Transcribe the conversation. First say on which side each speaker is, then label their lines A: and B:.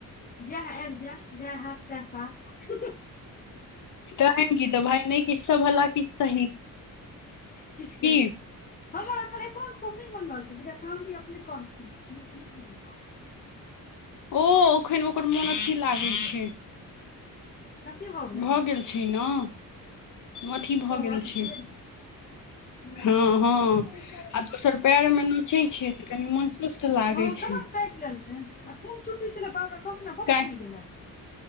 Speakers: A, on the left; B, on the left.
A: जएह आबि जायब जएह हब सएह हब
B: कहेगी तऽ भाय नहि कि सब भला कि सही
A: क <unintelligible>
B: की
A: हमर एखन एकौन्ट सब नहि बनब के फैमली अपने कहथिन
B: ओ ओखन ओकर मोन स्थिर लागै छै।
A: अथी गेलै
B: भऽ
A: ने
B: गेल छै, न अथी भऽ
A: ओ
B: गेल
A: अथी
B: छै,
A: क्लियर भऽ गेलै ओ
B: हँ हँ आ दोसर पैर में नोचै छै तऽ कनि मन चुस्त लागै
A: हँ
B: छै।
A: केना काटि लेलकै आ कोन चुट्टी छलै बार रे बा कहलखिन हें बड्ड
B: काल्हि
A: फुईल गेला